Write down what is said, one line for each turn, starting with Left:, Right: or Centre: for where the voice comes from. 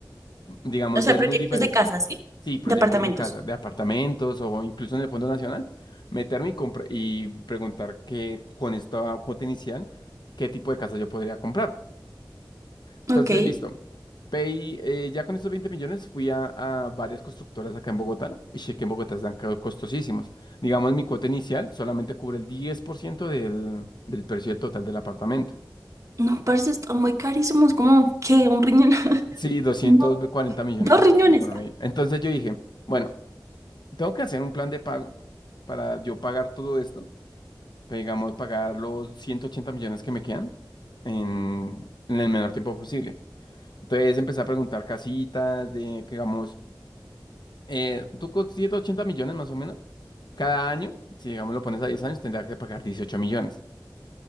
Left: Digamos,
Right: O sea,
Left: ya es
Right: proyectos
Left: muy diferente.
Right: de casa, ¿sí?
Left: Sí, proyectos
Right: De apartamentos.
Left: de casa, de apartamentos o incluso en el Fondo Nacional, meterme y, compra- y preguntar que con esta cuota inicial, qué tipo de casa yo podría comprar. Entonces,
Right: Ok.
Left: listo. pay eh, ya con estos 20 millones fui a, a varias constructoras acá en Bogotá. Y sé que en Bogotá están co- costosísimos. Digamos, mi cuota inicial solamente cubre el 10% del, del precio del total del apartamento.
Right: No, parce, están muy carísimos. ¿Cómo? ¿Qué? ¿Un riñón? <laughs>
Left: Sí, doscientos
Right: No,
Left: cuarenta millones
Right: dos
Left: están
Right: riñones.
Left: en promedio.
Right: Ah,
Left: Entonces yo dije, bueno, tengo que hacer un plan de pago para yo pagar todo esto digamos, pagar los 180 millones que me quedan en, en el menor tiempo posible. Entonces empecé a preguntar casitas de, que digamos, eh, tú con 180 millones más o menos, cada año, si digamos lo pones a 10 años, tendrás que pagar 18 millones